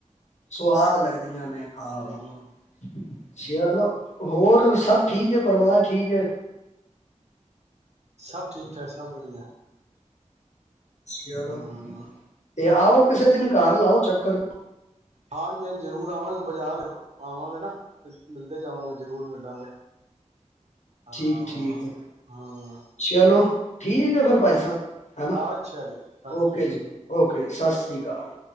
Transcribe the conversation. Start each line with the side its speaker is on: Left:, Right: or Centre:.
Left: ਸੁਆਦ ਲੱਗਦਾ। ਵਆਂ ਨੇ ਹਾਂ।
Right: ਹਮ
Left: <unintelligible> ਅੱਛੀਲਬ ਹੋਰ ਸਭ। <unintelligible> ਠੀਕ ਹੈ ਪਰਿਵਾਰ ਠੀਕ ਹੈ।
Right: ਸਭ ਠੀਕ ਠਾਕ ਸਭ ਵਧੀਆ।
Left: ਚਲੋ
Right: ਹਮ
Left: ਤੇ ਆਓ ਕਿਸੇ ਦਿਨ ਘਰ ਲਾਓ ਚੱਕਰ।
Right: ਹਾਂਜੀ -ਹਾਂਜੀ ਜ਼ਰੂਰ ਆਵਾਂਗੇ, ਬਾਜ਼ਾਰ ਆਵਾਂਗੇ ਨਾ ਮਿਲਦੇ ਜਾਵਾਂਗੇ ਜ਼ਰੂਰ ਮਿਲਾਂਗੇ। ਹਾਂ
Left: ਠੀਕ ਠੀਕ ਹੈ
Right: ਹਾਂ
Left: ਚਲੋ ਠੀਕ ਫੇਰ ਭਾਈ ਸਾਹਿਬ। ਹੈਨਾ
Right: ਅੱਛਾ ਜੀ ਸਤਿਸ੍ਰੀਅਕਾਲ।
Left: ਓਕੇ ਜੀ ਸਤਿ ਸ੍ਰੀ ਅਕਾਲ।